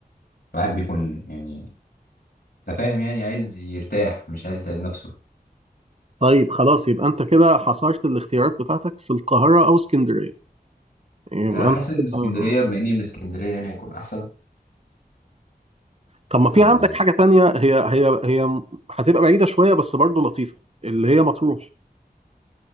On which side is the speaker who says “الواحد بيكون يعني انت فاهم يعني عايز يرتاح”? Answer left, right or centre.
Left